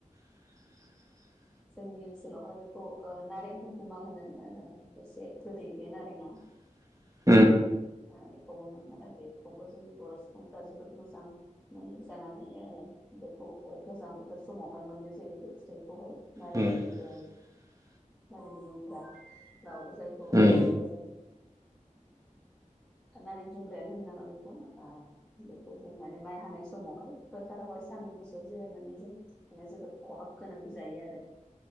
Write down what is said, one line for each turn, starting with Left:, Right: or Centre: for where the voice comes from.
Right: <inaudible>
Centre: जोंनि ओनसोलावहाय बेखौ ओ नारें होखुमा होनो ओ एसे गोदै बे नारेंआ।
Right: <inaudible>
Centre: ओ बेखौबो मोनो बेखौबो जोंनि बर' सुबुंफ्रा जोबोद मोजां। माने जानानै ओ बेखौ गोजां बोथोर समावहाय मोननाय जायो बे फिथाइखौहाय। <unintelligible>
Right: उम <inaudible>
Centre: नारें जुमब्रा <unintelligible> जायखौ
Right: उम
Centre: ओ जों नारें जुमब्रायानो‌ होनो नामा बेखौ ओ बेखौ जों माने माइ हानाय समावहाय फोथारावहाय सान्दुं गोसोआव जिरायनानै जों माने जोबोद खहाब गोनांङै जायो आरो